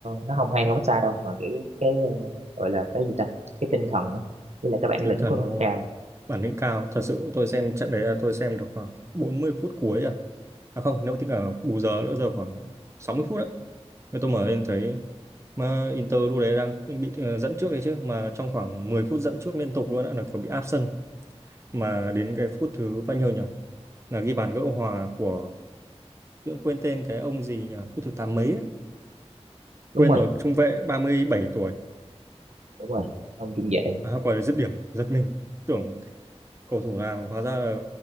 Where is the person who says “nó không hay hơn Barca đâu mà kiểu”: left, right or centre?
Right